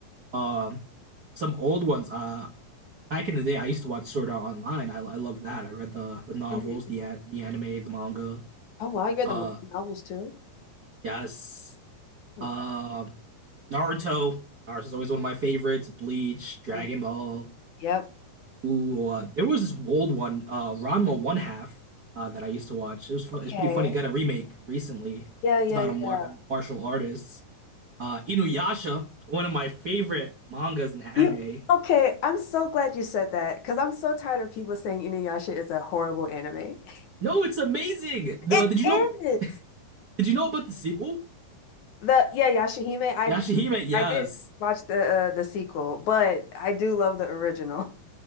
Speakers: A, on the right; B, on the left.
A: Um, some old ones. Uh, Back in the day, I used to watch Sword Art Online. I, I love that. I read the the novels,
B: hmm
A: the an- the anime, the manga.
B: Oh wow, you read
A: Uh,
B: the Marvel novels too?
A: yes.
B: Hmm.
A: Uh, Naruto. Naruto's always one of my favorites. Bleach, Dragon
B: Mhm.
A: Ball.
B: Yep.
A: Ooh, uh, there was this old one, uh, Ranma One Half, uh, that I used to watch. It was fu-
B: Okay.
A: it's pretty funny. Got a remake recently.
B: Yeah, yeah,
A: It's about a, mar
B: yeah.
A: a martial artist. Uh, Inuyasha, one of my favorite mangas and anime.
B: You okay? I'm so glad you said that because I'm so tired of people saying Inuyasha is a horrible anime. <laughs>
A: No, it's amazing. The,
B: It
A: did you know?
B: is.
A: Did you know about the sequel?
B: The yeah, Yashahime. I
A: Yashahime, yes.
B: I did watch the uh, the sequel, but I do love the original.